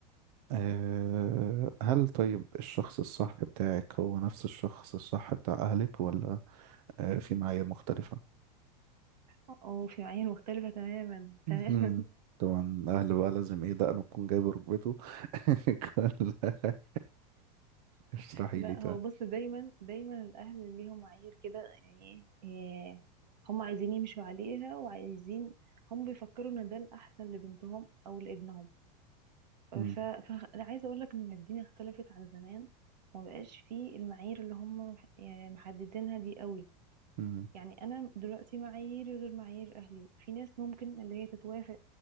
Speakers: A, on the right; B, on the right.
A: أه هل طيب الشخص الصح بتاعك هو نفس الشخص الصح بتاع أهلك ولا أه في معايير مختلفة؟
B: اه في معايير مختلفة تماما <laughs> تماما
A: مهم. طبعا الاهل بقى لازم ايه دقنه تكون جايبه ركبته <laughs> كل حاجة. اشرحي
B: لا
A: لي تعالى
B: هو بص دايما دايما الاهل ليهم معايير كده يعني إيه هم عايزين يمشوا عليها وعايزين هم بيفكروا ان ده الاحسن لبنتهم او لابنهم
A: مم.
B: ف... فانا عايزه اقول لك ان الدنيا اختلفت عن زمان وما بقاش فيه المعايير اللي هم مح- يعني محددينها دي قوي
A: مم.
B: يعني انا دلوقتي معاييري غير معايير اهلي في ناس ممكن اللي هي تتوافق